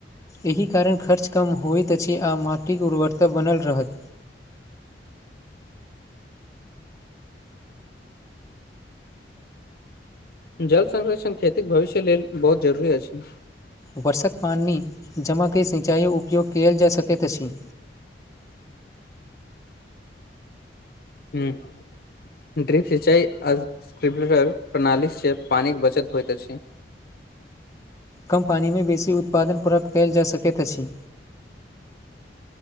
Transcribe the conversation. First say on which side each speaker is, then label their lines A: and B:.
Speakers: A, on the left; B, on the left.
A: एहि कारण खर्च कम होइत अछि आ माटिक उर्वरता बनल रहत
B: जल संरक्षण खेतीक भविष्य लेल बहुत जरूरी अछि।
A: वर्षक पानि जमा कै सिंचाइ उपयोग केयल जा सकैत अछि।
B: हूंम्म ड्रिप सिंचाइ स्क्रिबलर प्रणालीसँ पानिक बचत होइत अछि
A: कम्पनिमे बेसी उत्पादन प्राप्त कैयल जायैत सकैत अछि